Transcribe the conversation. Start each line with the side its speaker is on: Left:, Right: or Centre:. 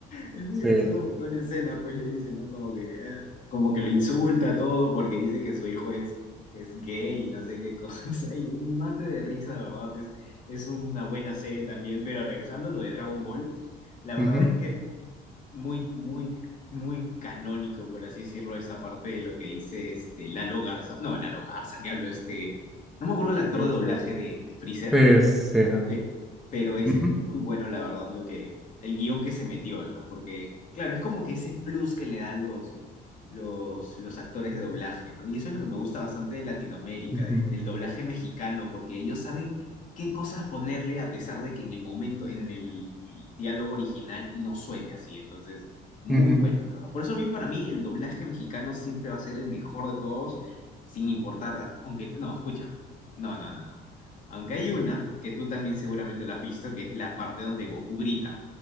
Left: Es muy
Centre: Sí.
Left: gracioso porque una escena, pues le dice, ¿no? Como que, eh, como que lo insulta todo porque dice que su hijo es, es gay y no sé qué cosa. <laughs> Y un mate de risa, de verdad, es, es una buena serie también. Pero regresando a lo de Dragon Ball, la verdad
Centre: Ujú.
Left: es que muy, muy, muy canónico, por así decirlo, esa parte de lo que dice este Lalo Garza. No, Lalo Garza, que habló este. No me acuerdo el actor
Centre: Eso.
Left: de doblaje de, de Freezer
Centre: Sí, sí, ajá.
Left: Pe- pero es
Centre: Ujú,
Left: muy bueno, la verdad, lo que, el guión que se metió, ¿no? Porque, claro, es como que ese plus que le dan los, los, los actores de doblaje, ¿no? Y eso es lo que me gusta bastante de Latinoamérica,
Centre: ujú,
Left: de- del doblaje mexicano, porque ellos saben qué cosas ponerle a pesar de que en el momento, en el diálogo original, no suene así. Entonces, muy
Centre: ujú.
Left: buenos, de verdad. Por eso a mí, para mí, el doblaje mexicano siempre va a ser el mejor de todos, sin importar, aunque, no, escúchame, no, no, no, no. Aunque hay una, que tú también seguramente lo has visto, que es la parte donde Goku grita,